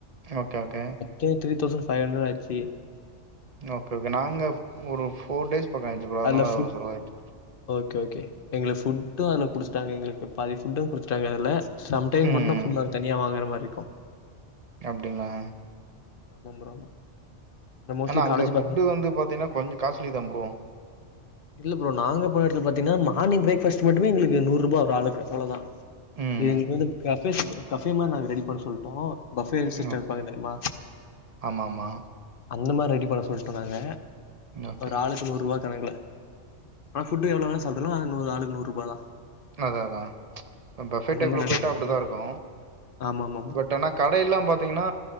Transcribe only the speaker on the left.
two three thousand five hundred ஆச்சி
அதுல ஃபுட்
ஓகே ஓகே எங்ளுக்கு ஃபுட்டு அதுல புடிச்சிடாங்க எங்களுக்கு பாதி ஃபுட்டு குடுத்துட்டாங்க அதுல சம்டைம்
ஃபுட்னா ஃபுல்லா தனியா வாங்குற மாரி இருக்கு
ஆமா ப்ரோ நா மோஸ்ட்லி
காலேஜ்
பாத்தீங்
இல்ல ப்ரோ நாங்க போன எடத்துல பாத்திங்கன்னா மார்னிங் பிரேக் ஃபாஸ்ட் மட்டுமே எங்களுக்கு நூறுபா ஒரு ஆளுக்கு அவ்ளோ தா
எங்களுக்கு வந்து கஃபே கஃபே மாரி நாங்க ரெடி பண்ண சொல்டோ பஃபே
சிஸ்டம் வப்பாங்க தெரியுமா
அந்த மாரி ரெடி பண்ண சொல்லிட்டோ நாங்க
ஒரு ஆளுக்கு நூற்வா கணக்குல ஆனா ஃபுட் எவ்ளோ வேனா சாப்டுகளா ஆனா ஆளுக்கு நூறு ரூபா தா
அந்த
மாரி நாங்க
பண்ண
சொல்ட்டோ.
ஆமா அம்